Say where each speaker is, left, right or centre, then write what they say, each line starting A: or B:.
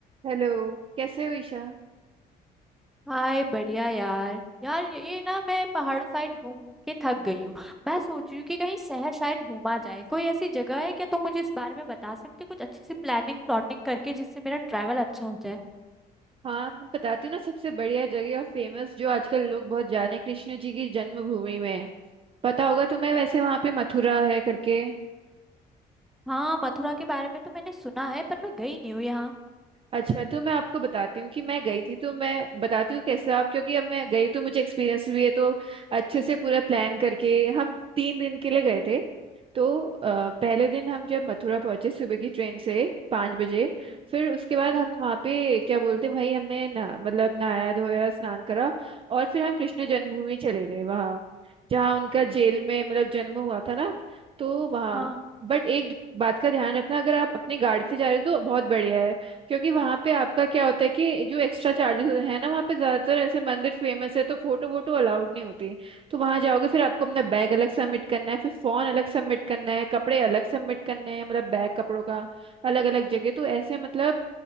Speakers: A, on the right; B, in the centre.
A: Hello कैसे हो ईशा
B: हाय बढ़िया यार यार ये ये ना मैं पहाड़ों साइड घूम घूम के थक गई हूँ मैं सोच रही हूँ कि कहीं शहर शायद घूमा जाए कोई ऐसी जगह है क्या तुम मुझे इस बारे में बता सकते हो? कुछ अच्छी सी प्लानिंग प्लॉटिंग करके जिससे मेरा ट्रैवल अच्छा हो जाए
A: हाँ मैं बताती हूँ ना सबसे बढ़िया जगह और फेमस जो आजकल लोग बहुत जाने कृष्ण जी की जन्मभूमि में है पता होगा तुम्हें वैसे वहां पे मथुरा है करके
B: हाँ मथुरा के बारे में तो मैंने सुना है पर मैं गई नहीं हूँ यहाँ
A: अच्छा तो मैं आपको बताती हूँ कि मैं गई थी तो मैं बताती हूँ कैसे आप क्योंकि अब मैं गई तो मुझे एक्सपीरियंस भी है तो अच्छे से पूरा प्लान करके हम तीन दिन के लिए गए थे तो अ,
B: हम्म
A: पहले दिन हम जब मथुरा पहुंचे सुबह की ट्रेन से पाँच बजे
B: हम्म,
A: फिर उसके बाद
B: हम्म।
A: हम वहाँ पे क्या बोलते हैं वहीं हमने ना, मतलब नहाया धोया स्नान करा और फिर हम कृष्ण जन्मभूमि चले गए वहाँ जहाँ उनका जेल में मतलब जन्म हुआ था ना तो वहाँ
B: हाँ
A: बट एक बात का ध्यान रखना अगर आप अपनी गाड़ी से जा रहे हो तो बहुत बढ़िया है क्योंकि वहां पे आपका क्या होता है कि जो एक्स्ट्रा चार्जेस है ना वहाँ पे ज्यादातर ऐसे मंदिर फेमस है तो फोटो वोटो अलाउड नहीं होती तो वहां जाओगे फिर आपको अपना बैग अलग सबमिट करना है फिर फोन अलग सबमिट करना है कपड़े अलग सबमिट करने हैं मतलब बैग कपड़ों का अलग अलग जगह तो ऐसे मतलब